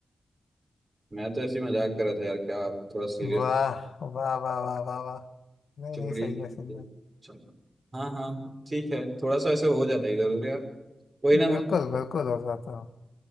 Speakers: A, on the right; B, on the left.
A: मैं तो ऐसे ही मजाक कर रहा था यार क्या आप थोड़ा सीरियस
B: वाह वाह वाह वाह वाह वाह नहीं
A: चलिए
B: नहीं सही है सही है
A: चलो। हाँ हाँ ठीक है थोड़ा सा ऐसे हो जाता है इधर उधर यार कोई ना मैं
B: बिल्कुल बिल्कुल हो जाता हूँ